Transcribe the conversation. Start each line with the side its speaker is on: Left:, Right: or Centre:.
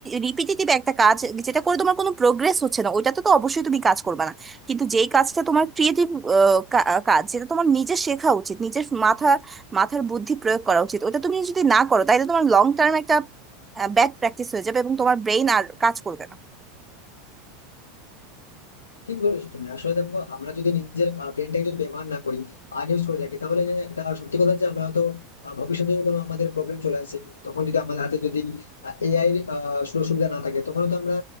Right: রিপিটেটিভ একটা কাজ যেটা করে তোমার কোনো প্রোগ্রেস হচ্ছে না ওইটাতে তো অবশ্যই তুমি কাজ করবে না কিন্তু যেই কাজটা তোমার ক্রিয়েটিভ কাজ যেটা তোমার নিজে শেখা উচিত নিজের মাথা মাথার বুদ্ধি প্রয়োগ করা উচিত ওটা তুমি যদি না করো তাহলে তোমার লং টার্ম একটা ব্যাড প্র্যাকটিস হয়ে যাবে এবং তোমার ব্রেইন আর কাজ করবে না
Left: ঠিক বলেছো তুমি আসলে দেখো আমরা যদি নিজের ব্রেনটাকে যদি ব্যবহার না করি আনইউজ করে রাখি তাহলে এটা সত্যি কথা যে আমরা হয়তো আহ, ভবিষ্যতে যদি কোনো আমাদের প্রবলেম চলে আসে তখন যদি আমাদের হাতে যদি এআই এর আহ, সুযোগ সুবিধা না থাকে তখন তো আমরা